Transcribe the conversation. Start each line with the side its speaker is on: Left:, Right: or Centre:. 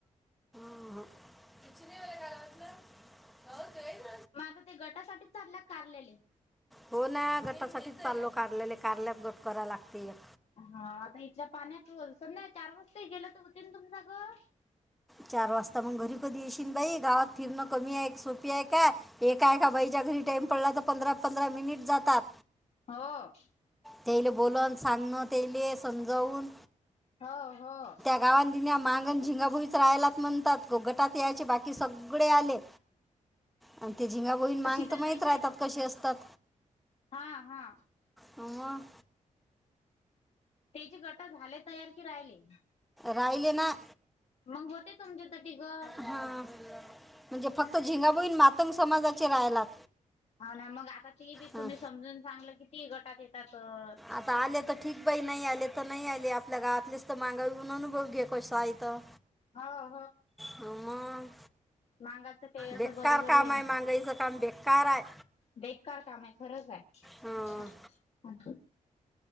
Centre: अ हं.
Left: मग आता ते गटासाठीच चाललात कारलेले.
Centre: हो ना गटासाठीच चाललो कारलेले कारल्यात गट कराव लागते एक.
Left: अ हा आता इथल्या पाण्यात समजा चार वाजताही गेले तर होते ना तुमच गट.
Centre: चार वाजता मग घरी कधी येशील बाई गावात फिरणं कमी आहे सोपी आहे काय? एका एका बाईच्या घरी टाइम पडला तर पंधरा पंधरा मिनिट जातात.
Left: हो.
Centre: तेले बोलन सांगण तेले समजावून.
Left: हो हो.
Centre: गावां दिन्या मांगन झिंगाभुईच राहायलाच म्हणतात गटात यायचे बाकी सगळे आले.
Left: <inaudible>
Centre: आणि ते झिंगा भोईण माांग
Left: शीतलबाईचा
Centre: तर माहीत राहतात
Left: आहे तो
Centre: कसे असतात.
Left: हा हा.
Centre: मग.
Left: त्याची गट झाले तयार की राहिले?
Centre: राहिले ना.
Left: मग होते तुमच्या त तिघं.
Centre: हां म्हणजे फक्त झिंगाभोईन मातंग समाजाचे राहिलात.
Left: हाव ना मग आता ती बी
Centre: हां
Left: तुम्ही समजून सांगलं किती गटात येतातचं.
Centre: आता आले तर ठीक बाई नाही आले तर नाही आले आपल्या गावातलेच मग येऊन अनुभव घे कसाय इथं
Left: हो
Centre: हा मग.
Left: मांगाच काही असं
Centre: बेकार
Left: बरोबर
Centre: काम
Left: हे
Centre: आहे
Left: नाही.
Centre: मागाईचं काम बेकार आहे
Left: बेकार काम आहे खरंच आहे.
Centre: हं.